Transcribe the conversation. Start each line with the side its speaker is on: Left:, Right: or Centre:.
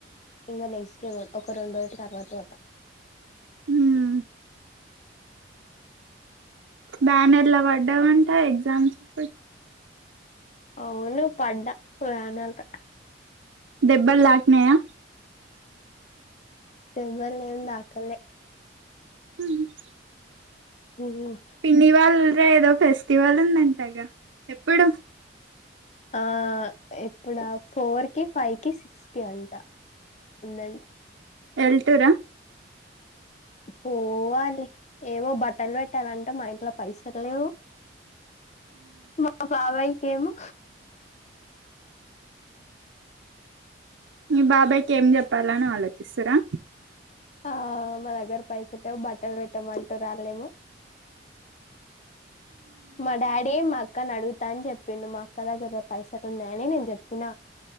Left: ఇంకా నెక్స్ట్ డే ఒక రెండు రోజుల తర్వాత పోత
Right: హ్మ్ బ్యానర్లా పడ్డావంట ఎగ్జామ్స్ అప్పుడు
Left: అవును పడ్డా బ్యానర్ల
Right: దెబ్బల్ దాక్నాయా
Left: దెబ్బల్ ఏం తకాలే
Right: మ్మ్ హ్
Left: ఉమ్.
Right: పిన్నివాల్ వేదో ఫెస్టివల్ ఉందంటగా ఎప్పుడు
Left: ఆ ఎప్పుడా ఫోర్ కి, ఫైవ్ కి, సిక్స్ కి అంట ఉందంట.
Right: వెల్తూరా
Left: పోవాలి ఏమో బట్టలు పెట్టాలంటే మా ఇంట్లో పైసలు లేవు మా బాబాయికి ఏమో,
Right: మీ బాబాయ్ కి ఏం చెప్పాల అని ఆలోచిస్సురా
Left: ఆ మా దగర్ పైసల్ లేవు బట్టల్ పెట్టమని తో రాలేము మా డాడీ మా అక్కని అడుగుతా అని చెప్పిండు మా అక్క దగ్గర పైసలు ఉన్నాయని నేను చెప్పిన